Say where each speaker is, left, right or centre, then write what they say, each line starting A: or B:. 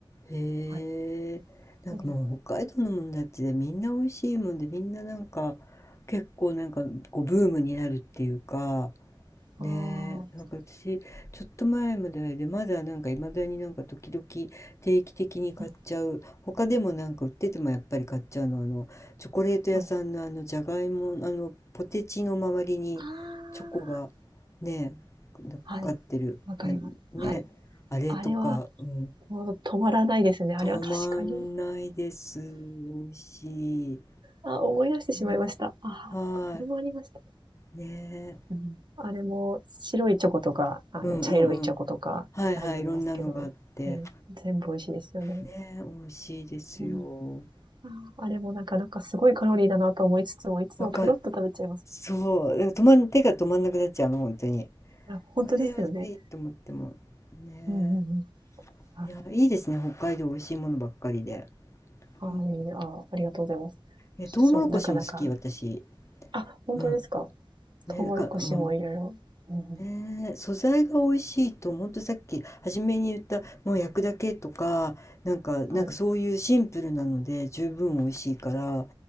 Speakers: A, on the left; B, on the right.
A: へえ、
B: はい。
A: なんかもう北海道のもんだってみんな美味しいもんでみんななんか
B: うん、
A: 結構なんかこうブームになるっていうか
B: ああ、
A: ねえなんか私ちょっと前まででまだなんかいまだになんか時々定期的に買っちゃう他でもなんか売っててもやっぱり買っちゃうのはあのチョコレート屋さんのあのじゃがいもあのポテチの周りにチョコが
B: うん、はい。ああ、
A: ねえなんかかかってるなねえあれとか、
B: はい。わかります。はい。あれは、
A: うん、
B: もう止まらないですね。あれは確かに。
A: 止まんないです。美味しい。
B: あ、思い出してしまいました。
A: ね、
B: ああ、
A: は
B: そっかそれもありました。
A: い。ね。
B: うん、あれも白いチョコとか、あの、
A: うんうんうん。
B: 茶色いチョコとかありますけど、
A: はいはい。いろんなのがあって。
B: ね、全部美味しいですよね。
A: ね、美味しいですよ。
B: うん、あーあれもなかなかすごいカロリーだなと思いつつも、いつもペロッと食べちゃいます。
A: わかる、そう。だから止まん、手が止まんなくなっちゃうの、本当に。
B: いや、本当ですよね。
A: まずいまずいと思っても。ね。
B: うんうんうん。あ、
A: いや、いいですね。北海道美味しいものばっかりで。
B: あーいいねあー、
A: うん。
B: ありがとうございます。
A: え、
B: そう、
A: トウモロコシも好き、
B: なかなか。
A: 私。
B: あ、本当ですか。
A: うん。
B: トウモロコシもいろいろ。
A: ね、なんか、うん。
B: うんうん、
A: ねえ、素材が美味しいと、ほんとさっき初めに言った、もう焼くだけとか、なんか、なんかそういうシンプルなので十分美味しいから、
B: はい。